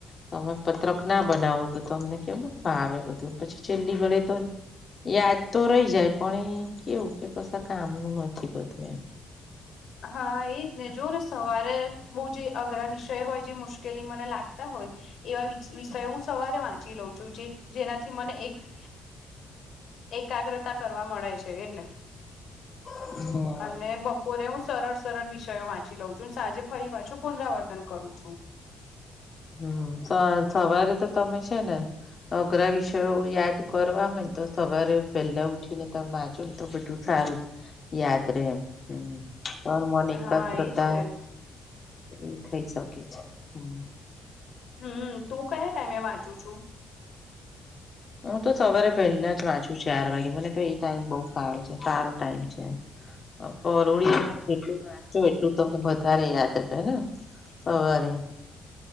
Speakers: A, on the left (about 40°); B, on the left (about 65°).
A: તમે પત્રકના બનાવો તો તમને કેમ ફાવે બધું પછી છેલ્લી ઘડીએ તો યાદ તો રહી જાય પણ એ કેવું કે કશા કામનું નથી બધું એમ.
B: હા એજ ને જો સવારે બહુ જે અઘરા વિષય હોય જે મુશ્કેલી મને લાગતા હોય. એવા વિષયો હું સવારે વાંચી લઉં છું. જેનાથી મને એક એકાગ્રતા કરવા મળે છે એટલે,
A: હમ.
B: અને બપોરે હું સરળ સરળ વિષયો વાંચી લઉં છું સાંજે ફરી પાછું પુનરાવર્તન કરું છું.
A: હમ સવારે તો તમે છે ને? અઘરા વિષયો યાદ કરવા હોય ને તો સવારે પેલા ઉઠી ને તમે વાજો ને તો બધું. સારું, યાદ રે એમ હમ તો મન એકાગ્રતા
B: હા એજ ને
A: એ થઇ શકે છે હમ.
B: હમ તું કયા ટાઈમે વાંચુ છુ?
A: હું તો સવારે પહેલા જ વાંચુ ચાર વાગે મને તો એ ટાઈમ બઉ સારો છે સારો ટાઈમ છે.
B: હ <inaudible>
A: પડીટ <unintelligible> જો એટલું તમને વધારે યાદ રહેેને સવારે.